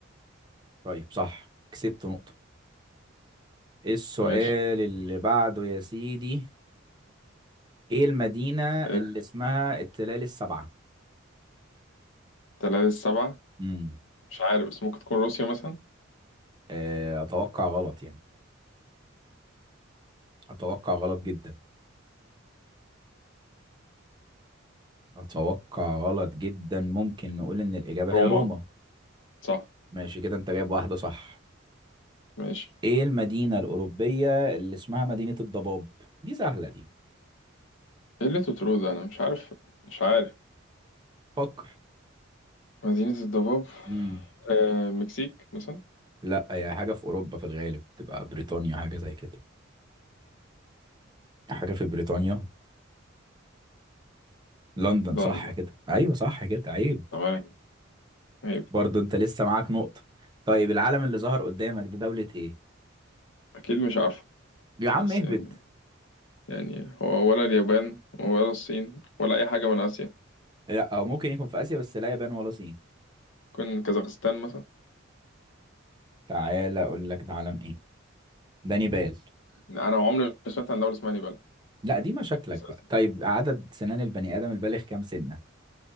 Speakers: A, on the right (about 20°); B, on the left (about 70°).
A: طيب صح كسبت نقطة إيه السؤال
B: ماشي
A: اللي بعده يا سيدي إيه المدينة اللي
B: إيه،
A: اسمها التلال السبعة؟
B: تلاتة السبعة
A: امم
B: مش عارف بس ممكن تكون روسيا مثلا
A: آه، أتوقع غلط يعني أتوقع غلط جدا أتوقع غلط جدا ممكن نقول إن الإجابة
B: روما
A: هي روما
B: صح
A: ماشي كده أنت جايب واحدة صح
B: ماشي
A: إيه المدينة الأوروبية اللي اسمها مدينة الضباب؟ دي سهلة دي
B: ايه اللي انتوا بتقولوه ده انا مش عارف مش عارف
A: فكر
B: مدينة الضباب
A: مم.
B: آه مكسيك مثلا
A: لا هي حاجة في أوروبا في الغالب تبقى بريطانيا حاجة زي كده حاجة في بريطانيا لندن
B: لندن
A: صح كده أيوة صح كده عيب
B: تمام هي دي.
A: برضو أنت لسه معاك نقطة طيب العلم اللي ظهر قدامك ده دولة إيه؟
B: أكيد مش عارفة
A: يا عم
B: بس
A: اهبد
B: يعني يعني هو ولا اليابان ولا الصين ولا أي حاجة من آسيا
A: لا أو ممكن يكون في آسيا بس لا يابان ولا صين
B: ممكن كازاخستان مثلا
A: تعالى أقول لك ده علم إيه؟ ده نيبال
B: يعني أنا عمري ما سمعت عن دولة اسمها نيبال
A: لا دي مشاكلك
B: أساسا
A: بقى طيب عدد سنان البني آدم البالغ كام سنة؟